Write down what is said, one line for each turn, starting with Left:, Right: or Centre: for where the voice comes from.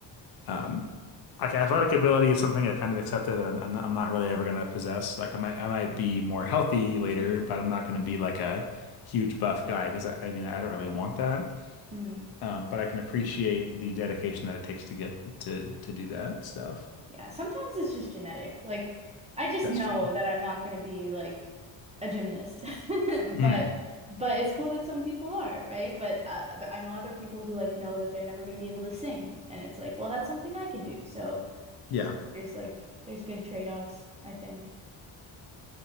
Left: Um, Like athletic ability is something I kind of accepted that I'm, I'm I'm not really ever gonna possess. Like I might I might be more healthy later, but I'm not gonna be like a huge buff guy because I, I mean I don't really want that.
Right: Mm.
Left: Um, but I can appreciate the dedication that it takes to get to to do that stuff.
Right: Yeah, sometimes it's just genetic. Like, I just
Left: That's
Right: know
Left: true.
Right: that I'm not going to be like a gymnast. <laughs>
Left: Mhm.
Right: But but it's cool that some people are, right? But uh, I know other people who like know that they're never going to be able to sing, and it's like, well, that's something I can do. So
Left: Yeah.
Right: there's like there's good trade-offs, I think.